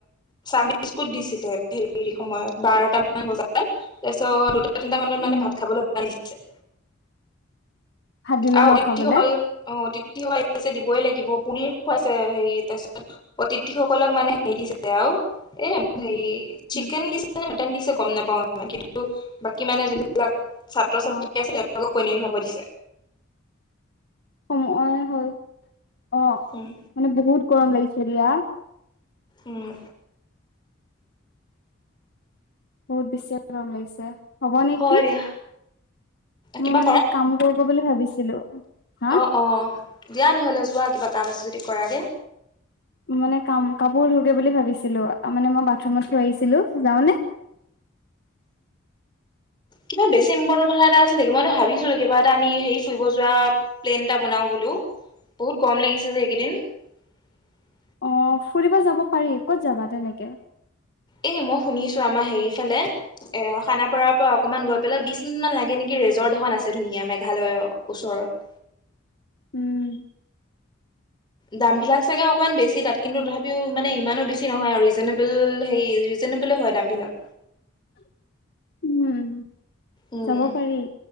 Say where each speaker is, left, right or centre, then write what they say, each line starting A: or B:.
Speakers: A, on the left; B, on the left.
A: চাহ বিস্কুট দিছিলে সেই সময়ত বাৰটা মান বজাত। তাৰপিছত দুটা তিনটা মানত মানে
B: উম
A: ভাত খাবলৈ মাতিছে।
B: ভাত দিলে
A: আৰু
B: ন
A: অতিথি
B: খাবলে
A: সকল অ অতিথি সকল আহিছে দিবই লা- গিব। পনিৰ খুৱাইছে সেৰি তাৰপিছত অতিথি সকলক মানে সেৰি দিছে আৰু- এ সেৰি চিকেন
B: উম
A: দিছে নে মাটন দিছে গম নাপাও ইমান। কিন্তু বাকী মানে এজনী- যিলাক ছাত্ৰ
B: অ
A: ছাত্ৰী আছে তেওঁলোকক পনিৰ খাব দিছে।
B: মই হ'ল অঁ
A: উম
B: মানে বহুত গৰম লাগিছে দিয়া।
A: উমঁ।
B: মোৰ বেছিয়ে গৰম লাগিছে। হ'ব নেকি,
A: হয় দিয়া
B: মোৰ
A: কিবা
B: মানে কাম কৰোগৈ বুলি ভাবিছিলো। হা
A: অঁ অঁ দিয়া নহ'লে যোৱা কিবা কাম আছে যদি কৰাগে।
B: মানে কাম কাপোৰ ধোগে বুলি ভাবিছিলো। তাৰ মানে মই বাথৰুমত <unintelligible> আহিছিলো। যাওঁ নে?
A: কিবা বেছি ইম্পৰ্টেণ্ট কথা এটা আছিল নেকি। মই এনেই ভাবিছিলো কিবা এটা আমি সেৰি- <unintelligible> ফুৰিব যোৱা প্লেন এটা বনাও বোলো। বহুত গৰম লাগিছে যে এইকেইদিন। <unintelligible>
B: অঁ ফুৰিব যাব পাৰি ক'ত যাবা তেনেকে?
A: এই মই শুনিছো আমাৰ হেৰি ফালে এ খানাপাৰাৰ পৰা অকনমান গৈ পেলাই বিশ- মিনিটমান লাগে নেকি ৰেজৰ্ট এখন আছে ধুনীয়া মেঘালয়ৰ ওচৰত।
B: উমঁ।
A: দামবিলাক চাগে অকণমান বেছি তাত কিন্তু তথাপিও মানে ইমানো বেছি নহয় আৰু ৰিজনেবল হেৰি ৰিজনেবল- <unintelligible> হয় দামবিলাক।
B: <unintelligible> <inaudible> উম
A: উমঁ
B: যাব পাৰি